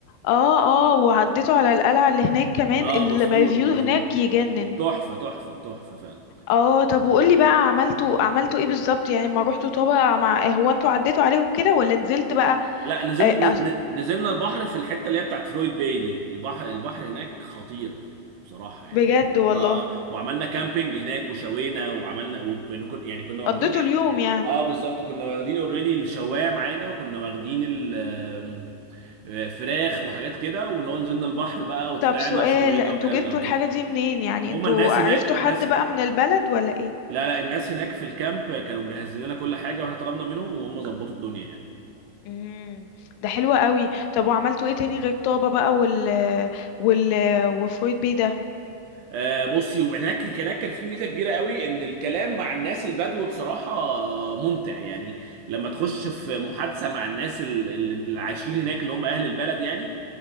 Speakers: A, on the left; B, on the right.
A: اه اه وعديتوا على القلعة اللي هناك كمان
B: اه
A: الفيو
B: مظبوط مظبوط
A: هناك يجنن
B: تحفة تحفة تحفة فعلا
A: اه طب وقولي بقى عملتوا عملتوا ايه بالظبط يعني ما روحتوا طابة مع هو انتوا عديتوا عليهم كده ولا نزلت بقى
B: لا نزلنا
A: آه، أص-
B: نزلنا البحر في الحته اللي هي بتاعت فلويد باي دي البحر البحر هناك خطير بصراحه يعني
A: بجد
B: كان
A: والله
B: اه وعملنا كامبينج هناك وشوينا وعملنا وكنا كن- يعني كنا واخدين
A: قضيته اليوم يعني
B: اه بالظبط كنا واخدين اوريدي الشوايه معانا وكنا واخدين ال آم، آه، فراخ وحاجات كده واللي هو نزلنا البحر بقى وطلعنا
A: طب سؤال
B: شوينا
A: انتوا
B: وكلنا
A: جبتوا
B: وكده
A: الحاجة دي منين يعني
B: هما
A: انتوا
B: الناس
A: عرفتوا
B: هناك الناس
A: حد بقى من البلد ولا ايه
B: لا لا الناس هناك في الكامب كانوا مجهزين لنا كل حاجه واحنا طلبنا منهم وهم ظبطوا الدنيا يعني
A: امم ده حلو قوي طب وعملتوا ايه تاني غير طابة بقى وال وال وفرويد بيه ده
B: آه، بصي وهناك هناك كان في ميزه كبيره قوي ان الكلام مع الناس البدو بصراحه آه، ممتع يعني لما تخش في محادثه مع الناس ال- ال- اللي عايشين هناك اللي هم اهل البلد يعني